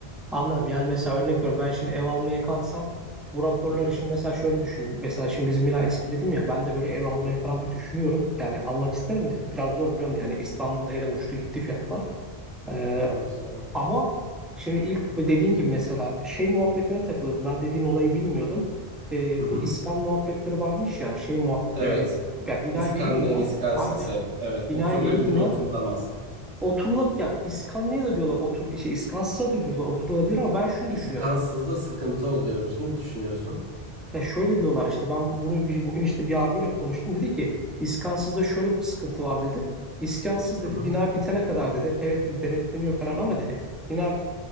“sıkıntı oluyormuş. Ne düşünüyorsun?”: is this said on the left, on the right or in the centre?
Right